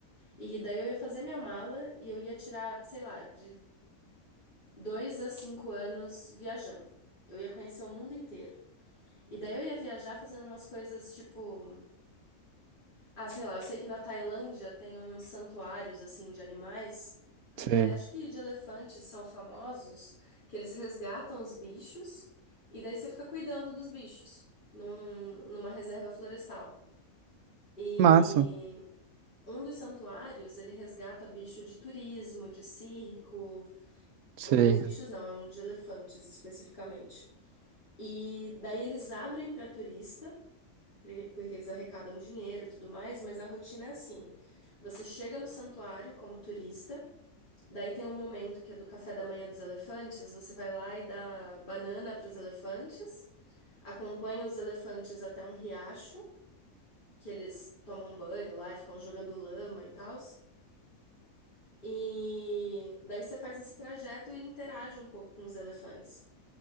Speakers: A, on the left (about 35°); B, on the right (about 85°).
A: E daí eu ia fazer minha mala e eu ia tirar, sei lá, de dois a cinco anos viajando. Eu ia conhecer o mundo inteiro. E daí eu ia viajar fazendo umas coisas tipo. Ah, sei lá, eu sei que na Tailândia tem uns santuários, assim, de animais.
B: sei.
A: é, acho que de elefantes são famosos, que eles resgatam os bichos e daí você fica cuidando dos bichos num, numa reserva florestal. E
B: Massa.
A: um dos santuários, ele resgata bicho de turismo, de circo.
B: Sei.
A: o- Os bichos não, é um de elefantes especificamente. E daí eles abrem para turista. pre- porque eles arrecadam dinheiro e tudo mais, mas a rotina é assim. Você chega no santuário como turista, daí tem um momento que é do café da manhã dos elefantes, você vai lá e dá banana para os elefantes, acompanha os elefantes até um riacho, que eles tomam banho lá e ficam jogando lama e tal. E daí você faz esse trajeto e interage um pouco com os elefantes.